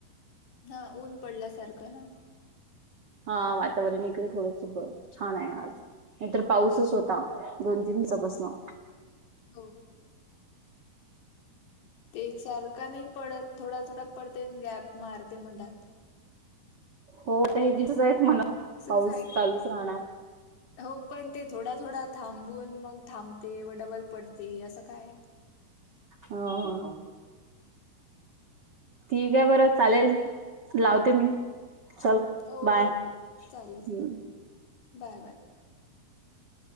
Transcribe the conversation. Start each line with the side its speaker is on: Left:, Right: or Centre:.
Left: हा ऊन पडल्यासारख ना.
Right: हा वातावरण इकडे थोडस ब छान आहे आज नाहीतर पाऊसच होता. दोन
Left: हम्म.
Right: तीन दिवसा पासनं.
Left: हो ते एकसारखा नाही पडत थोडा थोडा पडते गॅप मारते मधात.
Right: होता हे दिवस आहेत म्हणं
Left: असं
Right: पाऊस
Left: कसं आहे
Right: चालूच राहणार.
Left: हो पण ते थोडा थोडा थांबून मग थांबते व डबल पडते अस काय.
Right: ह हा ठीक आहे बरे चालेल. लावते मी. चल
Left: हो
Right: बाय
Left: हो चालेल.
Right: हम्म
Left: बाय बाय.